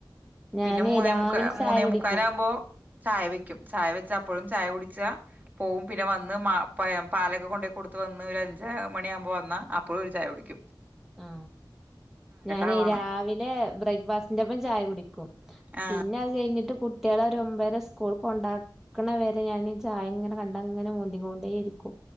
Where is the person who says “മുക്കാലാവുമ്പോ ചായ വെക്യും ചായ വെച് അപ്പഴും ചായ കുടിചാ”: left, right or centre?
Right